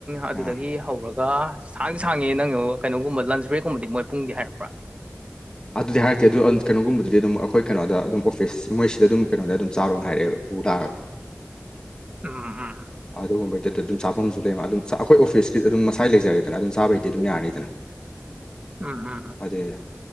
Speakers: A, on the right; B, on the left.
A: ꯑꯗꯨꯗꯒꯤ
B: ꯑꯥ
A: ꯍꯧꯔꯒ ꯁꯥꯡꯗꯤ ꯁꯥꯡꯉꯦ ꯅꯪ ꯀꯩꯅꯣꯒꯨꯝꯕ ꯂꯟꯁ ꯕ꯭ꯔꯦꯛꯀꯨꯝꯕꯗꯤ ꯃꯣꯏ ꯄꯨꯡꯗꯤ ꯍꯥꯏꯔꯛꯄ꯭ꯔꯥ
B: ꯑꯗꯨꯗꯤ ꯍꯥꯏꯔꯛꯇꯦ ꯑꯗꯨ ꯀꯩꯅꯣꯒꯨꯝꯕꯗꯨꯗꯤ ꯑꯗꯨꯝ ꯑꯩꯈꯣꯏ ꯀꯩꯅꯣꯗ ꯑꯗꯨꯝ ꯑꯣꯐꯤꯁ ꯃꯣꯏꯁꯤꯗ ꯑꯗꯨꯝ ꯀꯩꯅꯣꯗ ꯑꯗꯨꯝ ꯆꯥꯔꯣꯅ ꯍꯥꯏꯔꯛꯑꯦꯕ ꯄꯨ ꯂꯥꯑꯒ
A: ꯎꯝ ꯎꯝ
B: ꯑꯗꯨꯒꯨꯝꯕꯩꯗꯨꯗ ꯑꯗꯨꯝ ꯆꯥꯐꯝꯁꯨ ꯂꯩꯃ ꯑꯗꯨꯝ ꯑꯥ ꯑꯩꯈꯣꯏ ꯑꯣꯐꯤꯁꯀꯤ ꯑꯗꯨꯝ ꯃꯁꯥꯏ ꯂꯩꯖꯔꯦꯗꯅ ꯑꯗꯨꯝ ꯆꯥꯕꯩꯗꯤ ꯑꯗꯨꯝ ꯌꯥꯔꯅꯤꯗꯅ
A: ꯎꯝ ꯎꯝ
B: ꯑꯗꯨꯗ